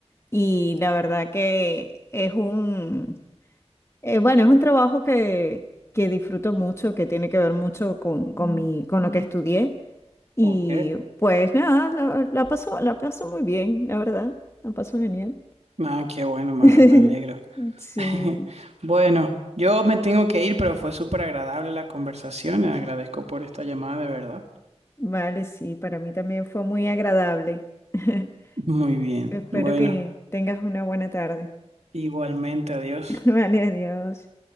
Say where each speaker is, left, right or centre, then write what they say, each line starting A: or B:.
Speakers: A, on the left; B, on the right.
A: y la verdad que es un, Eh, bueno, es un trabajo que, que disfruto mucho, que tiene que ver mucho con, con mi, con lo que estudié. Y
B: Ok.
A: pues nada, la, la paso, la paso muy bien, la verdad. La paso genial.
B: Ah, qué bueno, me,
A: <laughs>
B: me alegro.
A: Sí,
B: <laughs> Bueno, yo me tengo que ir, pero fue súper agradable la conversación. Agradezco por esta llamada, de verdad.
A: vale, sí, para mí también fue muy agradable. <laughs>
B: Muy bien.
A: Espero
B: Bueno,
A: que tengas una buena tarde.
B: igualmente, adiós.
A: <laughs> Vale, adiós.